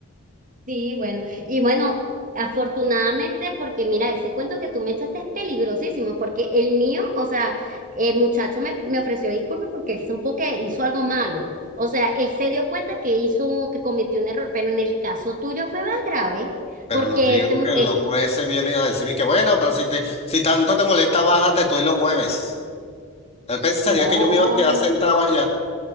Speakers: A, on the right; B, on the left.
A: Sí, bueno, y bueno, afortunadamente, porque mira, ese cuento que tú me echaste es peligrosísimo, porque el mío, o sea, el muchacho me, me ofreció disculpas porque él supo que hizo algo malo. O sea, él se dio cuenta que hizo un- que cometió un error, pero en el caso tuyo fue más grave,
B: Pero
A: porque
B: no te digo
A: este, mu-
B: que el
A: eh,
B: loco ese viene a decirme que bueno, pero si te, si tanto te molesta, bájate tú y lo mueves. Él pensaría
A: no,
B: que yo me iba a quedar sentado allá.